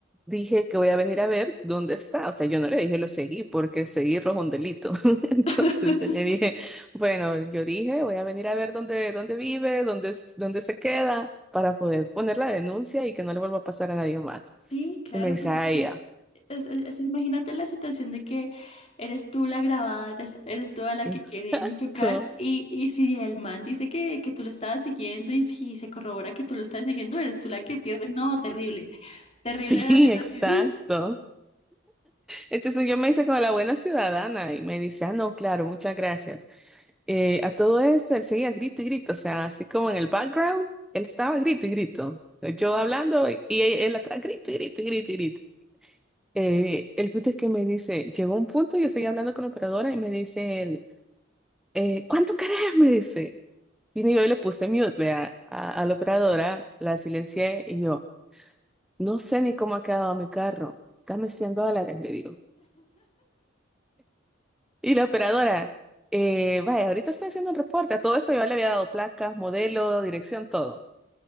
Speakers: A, in the centre; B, on the left.
A: dije que voy a venir a ver dónde está. O sea, yo no le dije lo seguí porque seguirlo es un delito. <laughs> Entonces
B: <laughs>
A: yo le dije, bueno, yo dije, voy a venir a ver dónde, dónde vive, dónde, s- dónde se queda para poder poner la denuncia y que no le vuelva a pasar a nadie más.
B: Sí, claro,
A: Y me dice,
B: pues
A: ah,
B: es que,
A: ya,
B: es- es- es- imagínate la situación de que eres tú la grabada, eres, eres tú a la
A: <laughs> exacto.
B: que quieren chocar y, y si el man dice que, que tú lo estabas siguiendo y si se corrobora que tú lo estabas siguiendo, eres tú la que pierde. No, terrible, terrible
A: Sí,
B: la situación.
A: exacto. Entonces yo me hice como la buena ciudadana y me dice, ah, no, claro, muchas gracias. Eh, a todo eso, él seguía grito y grito, o sea, así como en el background, él estaba grito y grito. Yo hablando y y él, él atrás grito y grito y grito y grito. Eh, el punto es que me dice, llegó un punto, yo seguía hablando con la operadora y me dice él, eh, ¿cuánto querés? Me dice. Y yo le puse mute, vea, a, a la operadora, la silencié y yo, no sé ni cómo ha quedado mi carro, dame 100 dólares, le digo. Y la operadora, eh, vaya, ahorita estoy haciendo un reporte, a todo eso yo le había dado placas, modelo, dirección, todo.